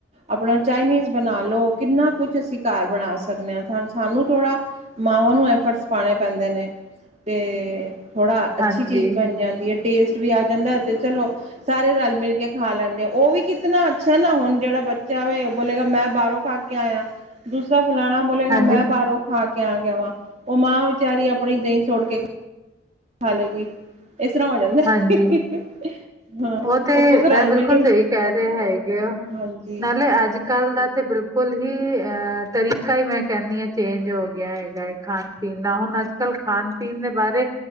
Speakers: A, on the right; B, on the right.
A: ਆਪਣਾ ਚਾਈਨੀਜ਼ ਬਣਾ ਲਉ ਕਿੰਨਾ ਕੁਛ ਅਸੀ ਘਰ ਬਣਾ ਸਕਦੇ ਹਾਂ ਸਾਨੂੰ ਥੋੜ੍ਹਾ ਮਾਵਾਂ ਨੂੰ ਐਫਰਟਸ ਪਾਣੇ ਪੈਂਦੇ ਨੇ ਤੇ ਥੋੜਾ ਅੱਛੀ
B: ਹਾਂਜੀ,
A: ਚੀਜ਼ ਬਣ ਜਾਂਦੀ ਹੈ ਟੇਸਟ ਵੀ ਆ ਜਾਂਦਾ ਤੇ ਚਲੋ। ਸਾਰੇ ਰਲ ਮਿਲ ਕੇ ਖਾ ਲੈਂਦੇ ਆ ਉਹ ਵੀ ਕਿਤਨਾ ਅੱਛਾ ਨਾ ਹੁਣ ਜਿਹੜਾ ਬੱਚਾ ਹੋਵੇ ਉਹ ਬੋਲੇਗਾ ਮੈਂ ਬਾਹਰੋਂ ਖਾ ਯਾਂ ਦੂਸਰਾ ਫੁਲਾਨਾ ਬੋਲੇਗਾ
B: ਹਾਂਜੀ,
A: ਮੈਂ ਬਾਹਰੋਂ ਖਾ ਕੇ ਆ ਗਿਆ ਵਾਂ ਉਹ ਮਾਂ ਵਿਚਾਰੀ ਆਪਣੀ ਦਹੀਂ ਛੋੜ ਕੇ ਹਾਲੇ ਕੀ ਇਸ ਤਰ੍ਹਾਂ ਹੋ ਜਾਂਦਾ ਹੈ
B: ਹਾਂਜੀ।
A: ਹੀ <inaudible> ਹੀ ਹਾਂ
B: ਉਹ ਤੇ
A: ਉਪਰ
B: ਇਹ
A: ਤਾਂ ਰਲ
B: ਬਿਲਕੁਲ
A: ਮਿਲ ਕੇ
B: ਸਹੀ ਕਹਿ ਰਹੇ ਹੈਗੇ ਹੋ।
A: ਹਾਂਜੀ
B: ਨਾਲੇ ਅੱਜ ਕੱਲ ਦਾ ਤੇ ਬਿਲਕੁਲ ਬਿਲਕੁਲ ਹੀ ਅਹ ਤਰੀਕਾ ਹੀ ਮੈਂ ਕਹਿਨੀ ਹਾਂ ਚੇਂਜ ਹੋ ਗਿਆ ਹੈਗਾ ਹੈਏ ਖਾਣ ਪੀਣ ਦਾ ਹੁਣ ਅੱਜ ਕੱਲ੍ਹ ਖਾਣ ਪੀਣ ਦੇ ਬਾਰੇ